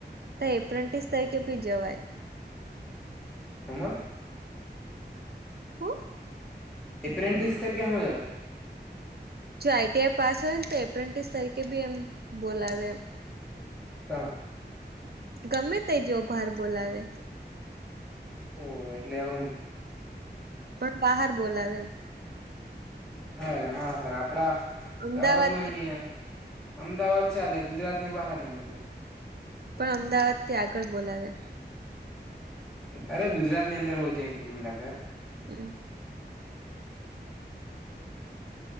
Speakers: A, on the right; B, in the centre.
A: એપ્રેન્ટિસ તરીકે બી જવાય.
B: હમાં?
A: હું?
B: એપ્રેલન્ટ્રીસ તારીખે સમવા જાવય.
A: જો આઈટીઆઈ પાસ હોય ને તો એપ્રેન્ટિસ તરીકે બી એમ બોલાવે એમ.
B: તણ <unintelligible>
A: ગમે તે જોબ હારુ બોલાવે.
B: ઓહ એટલે અમ
A: પણ બહાર બોલાવે એમ.
B: હેરે હા ખેર આપડા,
A: અમદાવાદ
B: દાહોદમાંની.
A: થી
B: અમદાવાદ ચાલે ગુજરાતની બહાર નઈ હજી.
A: પણ અમદાવાદથી આગળ બોલાવે.
B: અરે ગુજરાતની અંદર હોવુ જાયે કુલ મિલા કર.
A: હમ.